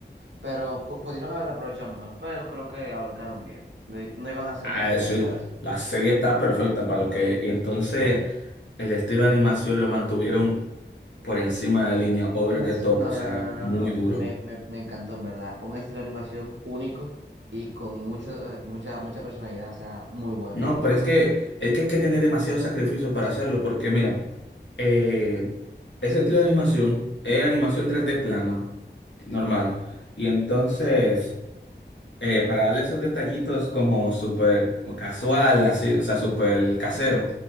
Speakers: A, on the right; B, on the left.
A: pero pu- pudieron haber aprovechado mejor, pero creo que abarcaron bien. No, i- no iban a hacer
B: a
A: más
B: decir,
A: de ahí, ¿sabes?
B: la serie está perfecta para lo que, y entonces
A: Sí.
B: el estilo de animación lo mantuvieron por encima de la línea, over
A: Uf,
B: the top,
A: no,
B: o
A: no,
B: sea,
A: no, no, no,
B: muy
A: no.
B: duro.
A: Me, me, me encantó en verdad. Un estilo de animación único y con mucho, eh, mucha, mucha personalidad, o sea, muy bueno.
B: No, pero es que, es que hay que tener demasiado sacrificio para hacerlo, porque mira, eh, ese estilo de animación es animación tres d plana, normal. Y entonces, eh, para darle esos detallitos como súper casual, así, o sea, súper casero,